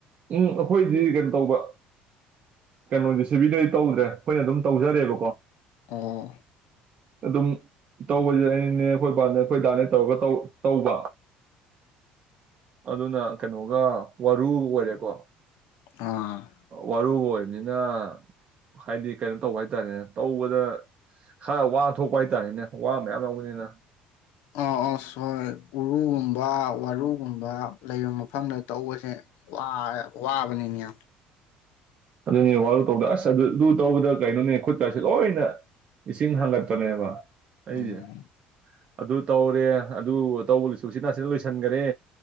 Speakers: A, on the right; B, on the left.
A: ꯎꯝ ꯑꯩꯈꯣꯏꯁꯤ ꯀꯩꯅꯣ ꯇꯧꯕ ꯀꯩꯅꯣꯁ ꯖꯦꯁꯤꯕꯤꯅꯗꯤ ꯇꯧꯗ꯭ꯔꯦ ꯑꯩꯈꯣꯏꯅ ꯑꯗꯨꯝ ꯇꯧꯖꯔꯦꯕꯀꯣ
B: ꯑꯥ
A: ꯑꯗꯨꯝ ꯇꯧꯕꯁꯦ ꯑꯩꯅꯦ ꯑꯩꯈꯣꯏ ꯕꯥꯅꯦ ꯑꯩꯈꯣꯏ ꯗꯥꯅꯦ ꯇꯧꯔꯒ ꯇꯧ ꯇꯧꯕ ꯑꯗꯨꯅ ꯀꯩꯅꯣꯒ ꯋꯥꯔꯨꯒ ꯑꯣꯏꯔꯦ ꯀꯣ
B: ꯑꯥ
A: ꯋꯥꯔꯨꯒ ꯑꯣꯏꯔꯦ ꯅꯤꯅ ꯍꯥꯏꯗꯤ ꯀꯩꯅꯣ ꯇꯧꯕ ꯍꯥꯏꯇꯥꯔꯦꯅꯦ ꯇꯧꯕꯗ ꯈꯔ ꯋꯥꯅ ꯊꯣꯛꯄ ꯍꯥꯏꯇꯥꯔꯦꯅꯦ ꯋꯥ ꯃꯌꯥꯝ ꯌꯥꯎꯕꯅꯤꯅ
B: ꯑ ꯑ ꯁꯣꯏ ꯎꯔꯨ ꯒꯨꯝꯕ ꯋꯥꯔꯨꯒꯨꯝꯕ ꯂꯩꯕ ꯃꯐꯝꯗ ꯇꯧꯕꯁꯦ ꯋꯥꯏ ꯋꯥꯕꯅꯤꯅꯦ
A: ꯑꯗꯨꯅꯦ ꯋꯥ ꯇꯧꯗ ꯑꯁ ꯑꯗꯨ ꯑꯗꯨ ꯇꯧꯕꯗ ꯀꯩꯅꯣꯅꯦ ꯈꯨꯠꯀꯁꯦ ꯂꯣꯏꯅ ꯏꯁꯤꯡ ꯍꯥꯡꯒꯠꯄꯅꯦꯕ ꯑꯩꯗꯤ
B: ꯎꯝ
A: ꯑꯗꯨ ꯇꯧꯔꯦ ꯑꯗꯨ ꯇꯧꯕꯁꯨ ꯎꯆꯤꯟ ꯅꯥꯆꯤꯟꯅ ꯂꯣꯏꯁꯟꯈꯔꯦ